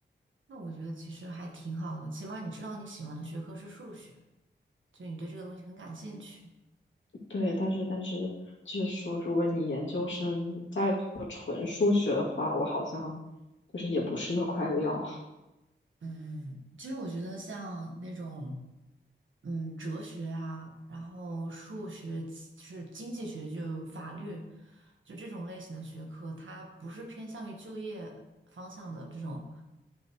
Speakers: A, on the right; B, on the left.
A: 那我觉得其实还挺好的，起码你知道你喜欢的学科是数学，所以你对这个东西很感兴趣。
B: 对，但是但是就是说，如果你研究生在做纯数学的话，我好像就是也不是那块料啊。
A: 嗯其实我觉得像那种，嗯，哲学啊，然后数学、是经济学，就法律。就这种类型的学科，它不是偏向于就业方向的这种